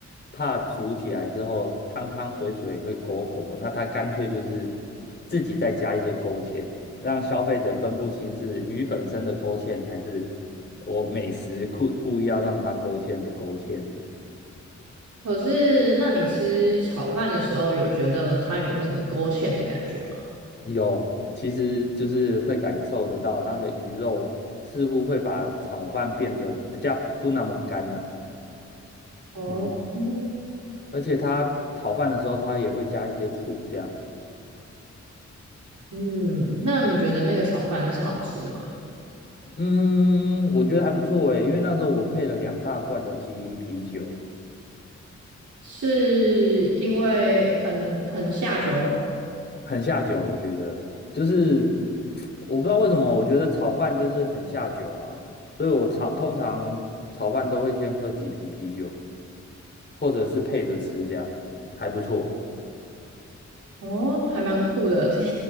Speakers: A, on the left (about 40°); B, on the right (about 80°).
A: 怕煮起来之后汤汤水水会狗狗，那它干脆就是自己再加一些勾芡，让消费者分不清是鱼本身的勾芡还是我美食故故意要让它勾芡的勾芡。
B: 可是，那你吃炒饭的时候，有觉得它有那个勾芡的感觉吗？
A: 有，其实就是会感受得到那个鱼肉似乎会把炒饭变得比较不那么干呐、
B: 哦，
A: 嗯，
B: 嗯
A: 而且它炒饭的时候，它也会加一些醋，这样。
B: 嗯那你觉得那个炒饭是好吃的吗？
A: 嗯，我觉得还不错诶，因为那时候我配了两大罐的麒麟啤酒，
B: 是因为很很下酒
A: 很下酒。我觉得就是我不知道为什么，我觉得炒饭就是很下酒啊，所以我常通常炒饭都会先喝几瓶啤酒，或者是配着吃，这样还不错。
B: 哦，还蛮酷的，<laughs> 第一